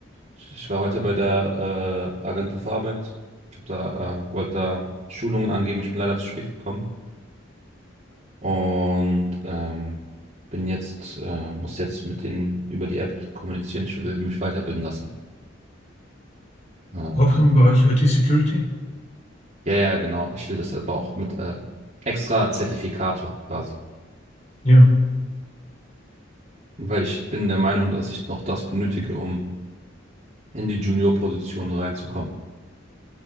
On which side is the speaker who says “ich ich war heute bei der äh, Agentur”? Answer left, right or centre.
Right